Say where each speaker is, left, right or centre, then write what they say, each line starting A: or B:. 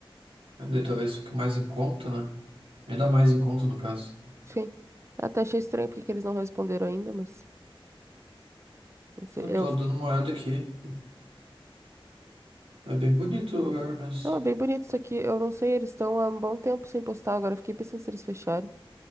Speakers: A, on the right; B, on the right.
A: Daí talvez fique mais em conta, né? Ainda mais em conta, no caso.
B: Sim. Até achei estranho porque que eles não responderam ainda, mas não sei.
A: Eu
B: Eu
A: tô
B: fiquei...
A: dando uma olhada aqui. É bem bonito o lugar mesmo.
B: Não, é bem bonito isso aqui. Eu não sei, eles estão há um bom tempo sem postar agora. eu Fiquei pensando se eles fecharam.